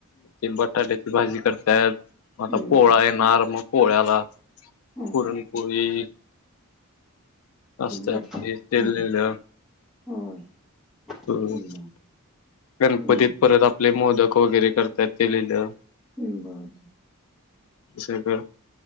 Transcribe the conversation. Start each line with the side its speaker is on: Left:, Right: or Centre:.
Left: ते बटाट्याची भाजी करत्यात.
Centre: हं.
Left: मग आता पोळा
Centre: बरं.
Left: येणार, मग पोळ्याला
Centre: हो.
Left: पुरणपोळी असत्या
Centre: बट
Left: आपली
Centre: हं.
Left: ते लिहीलं
Centre: होय
Left: होय
Centre: बरं.
Left: गणपतीत
Centre: हं.
Left: परत आपले मोदक वगैरे करत्यात ते लिहिलं.
Centre: बरं,
Left: <inaudible> सगळं